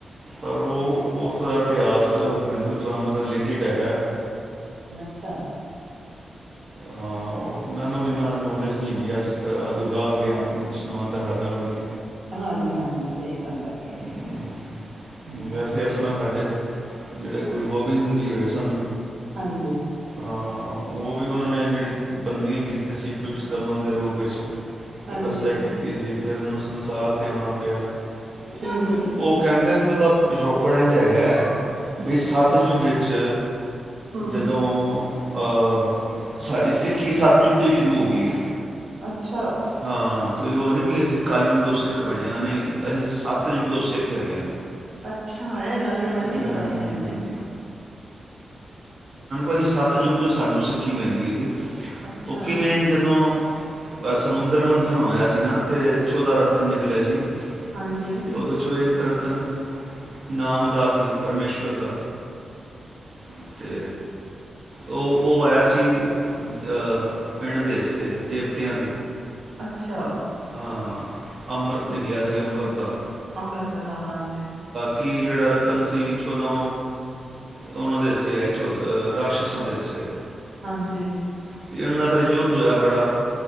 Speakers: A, on the right; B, on the right.
A: ਪਰ ਉਹ ਉੱਥੋਂ ਦਾ ਇਤਿਹਾਸ ਹਿੰਦੂ ਧਰਮ ਮਰ ਲਿਟੀ ਡਗਾ
B: ਅੱਛਾ
A: ਹਾਂ ਉਹ ਮੈਨੂੰ ਇੰਨਾ ਨੌਲੇਜ ਨਹੀਂ ਹੈਗੀ ਅ ਫਿਰ ਅਧੂਰਾ ਗਿਆਨ ਸੁਣਾਉਣ ਦਾ ਫਾਇਦਾ ਕੋਈ ਨਹੀਂ
B: ਹਾਂਜੀ ਹਾਂਜੀ ਸਹੀ ਗੱਲ ਹੈਗੀ ਹਮ
A: ਹੂੰ ਵੈਸੇ ਆਪਣਾ ਸਾਡੇ ਜਿਹੜੇ ਗੁਰੂ ਗੋਬਿੰਦ ਸਿੰਘ ਜੀ ਹੋਏ ਸਨ
B: ਹਾਂਜੀ
A: ਹਾਂ ਉਹ ਵੀ ਉਹਨਾਂ ਨੇ ਜਿਹੜੀ ਬੰਦਗੀ ਕੀਤੀ ਸੀ ਦੁਸ਼ਟ ਦਮਨ ਦੇ ਰੂਪ ਵਿੱਚ
B: ਹਾਂਜੀ
A: ਤਪੱਸਿਆ ਕੀਤੀ ਸੀ ਸਿਰਨ ਨੂੰ ਸੰਸਾਰ 'ਤੇ ਆਉਣਾ ਪਿਆ
B: ਹਮ ਹਮ
A: ਤੇ ਉਹ ਕਹਿੰਦੇ ਵੀ ਉਹ ਦਾ ਪਿਛੋਕੜ ਇੰਝ ਹੈਗਾ ਬਈ ਸੱਤ ਜੁਗ '
B: ਹਮ
A: ਜਦੋਂ ਅਹ ਸਾਡੀ ਸਿੱਖੀ ਸੱਤਯੁੱਗ ਤੋਂ ਹੀ ਸ਼ੁਰੂ ਹੋ ਗਈ
B: ਅੱਛਾ
A: ਹਾਂ ਕੋਈ ਉਹ ਨਹੀਂ ਵੀ ਅਸੀਂ ਕੱਲ ਜ ਉਦੋਂ ਸਿੱਖ ਬਣਿਆ ਨਹੀਂ ਅਸੀਂ ਸੱਤ ਜੁਗ ਤੋਂੋਂ ਸਿੱਖ ਹੈਗੇ ਆ
B: ਅੱਛਾ ਇਹ ਗੱਲ ਤੇ ਮੈਨੂੰ
A: ਹਮ,
B: ਨੀ ਪਤਾ ਸੀ ਵੀਰ ਜੀ
A: ਅਸੀ ਸਤ ਯੁਗ ਤੋਂ ਹੀ ਸਾਨੂੰ ਸਿੱਖੀ ਮਿਲ ਗਈ ਸੀ
B: ਅੱਛਾ
A: ਓ ਕਿਿ ਮੈਂ ਜਦੋਂ ਅ ਸਮੁੰਦਰ ਮੰਥਨ ਹੋਇਆ ਸੀ ਨਾ ਤੇ ਚੌਦਾਂ ਰਤਨ ਨਿਕਲੇ ਸੀ
B: ਹਾਂਜੀ
A: ਅਤੇ ਉਹਦੇ 'ਚੋਂ ਇਹ ਰਤਨ ਨਾਮ ਦਾ ਸੀ ਪਰਮੇਸ਼ਵੁਰ ਦਾ ਅਤੇ ਉਹ ਉਹ ਆਇਆ ਸੀ ਅਹ ਇਹਨਾਂ ਦੇੇ ਦੇਵਤਿਆਂ ਦੇ
B: ਅੱਛਾ
A: ਹਾਂ ਅੰਮ੍ਰਿਤ ਨਿਕਲਿਆ ਸੀ ਅੰਮ੍ਰਿਤ ਦਾ
B: ਅੰਮ੍ਰਿਤਥ ਹਾਂਜੀ
A: ਕੀ ਜਿਹੜਾ ਰਤਨ ਸੀ ਚੌਦਾਂ ਉਹਨਾਂ ਦੇ ਹਿੱਸੇ ਆਏ ਚੌ ਅਹ ਰਾਕਸ਼ਸਾਂ ਦੇ ਹਿੱਸੇ
B: ਹਾਂਜੀ
A: ਅਤੇ ਇਹਨਾਂ ਦਾ ਫਿਰ ਯੁੱਧ ਹੋਇਆ ਬੜਾ